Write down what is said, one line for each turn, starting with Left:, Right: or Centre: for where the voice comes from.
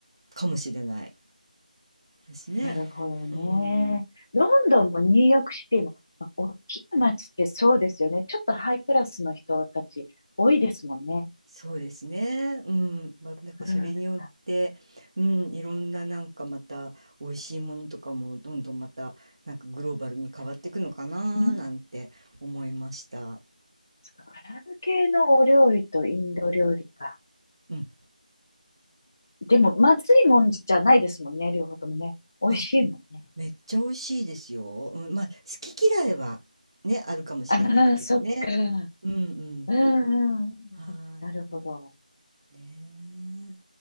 Right: かもしれないですね。
Left: なるほどね。
Right: うん、
Left: ロンドンもニューヨークシティも、まあ大きな街ってそうですよね。ちょっとハイクラスの人たち多いですもんね。
Right: そうですね。うん、まあ、なんかそれによって、
Left: うん。あ
Right: うん、いろんななんかまた美味しいものとかもどんどんまたなんかグローバルに変わっていくのかななんて思いました。
Left: うん。そっかアラブ系のお料理とインド料理か。
Right: うん。
Left: でも、まずいもんじゃないですもんね。両方ともね。美味しいもんね。
Right: あ、めっちゃ美味しいですよ。うん、まあ、好き嫌いはね、あるかもしれないけどね。
Left: ああ、そっか。うん
Right: うんうん。
Left: うんうん。
Right: はーい。
Left: なるほど。
Right: まあね